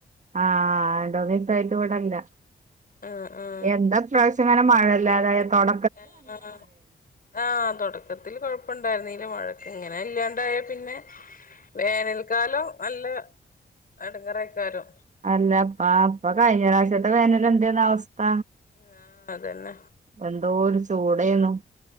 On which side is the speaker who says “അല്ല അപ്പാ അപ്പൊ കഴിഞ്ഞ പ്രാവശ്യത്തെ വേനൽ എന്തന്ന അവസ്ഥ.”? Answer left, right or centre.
Right